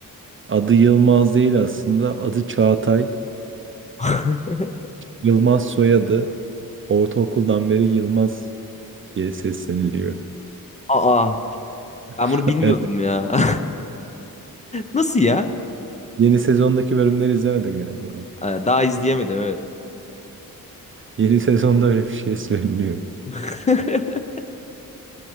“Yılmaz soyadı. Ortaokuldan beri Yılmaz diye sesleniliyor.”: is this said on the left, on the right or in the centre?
Right